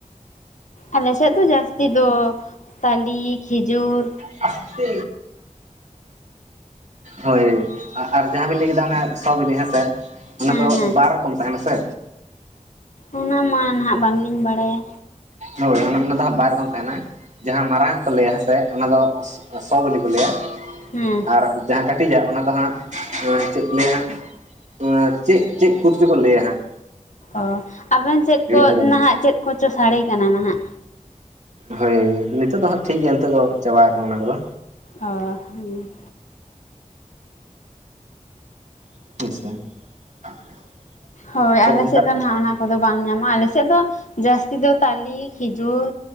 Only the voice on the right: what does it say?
ᱟᱥᱛᱮ, ᱦᱳᱭ ᱟᱨ ᱟᱨ ᱡᱟᱦᱟᱸ ᱵᱤᱱ ᱞᱟᱹᱭ ᱠᱮᱫᱟ ᱚᱱᱟ ᱥᱚ ᱵᱤᱞᱤ ᱦᱮᱸ ᱥᱮ? ᱚᱱᱟ
ᱫᱚ
ᱵᱟᱨ ᱨᱚᱠᱚᱢ ᱛᱟᱦᱮᱸᱱᱟ ᱥᱮ?
ᱦᱳᱭ ᱚᱱᱟ ᱚᱱᱟ ᱫᱚ ᱦᱟᱸᱜ ᱵᱟᱨ ᱨᱚᱠᱚᱢ ᱛᱟᱦᱮᱸᱱᱟ᱾ ᱡᱟᱦᱟᱸ ᱢᱟᱨᱟᱝ ᱟᱜ ᱠᱚ ᱞᱟᱹᱭᱟ ᱦᱮᱸ ᱥᱮ ᱚᱱᱟ ᱫᱚ ᱥᱚ ᱵᱤᱞᱤ ᱠᱚ ᱞᱟᱹᱭᱟ᱾
ᱟᱨ ᱡᱟᱦᱟᱸ ᱠᱟᱹᱴᱤᱡᱟᱜ ᱚᱱᱟ ᱫᱚ ᱦᱟᱸᱜ ᱮᱸ ᱪᱮᱫ ᱠᱚ ᱞᱟᱹᱭᱟ? ᱚᱱᱟ ᱪᱮᱫ ᱪᱮᱫ ᱠᱚ ᱪᱚ ᱠᱚ ᱞᱟᱹᱭᱟ ᱦᱟᱸᱜᱼᱼ
ᱠᱮᱫᱟᱞᱤᱧ
ᱦᱳᱭ ᱱᱤᱛᱳᱜ ᱫᱚ ᱦᱟᱸᱜ ᱴᱷᱤᱠ ᱜᱮᱭᱟ ᱱᱤᱛᱚᱜ ᱫᱚ ᱪᱟᱵᱟ ᱟᱠᱟᱱᱟ ᱚᱱᱟ ᱠᱚᱫᱚ᱾
<unintelligible>
ᱛᱚ
ᱚᱱᱠᱟ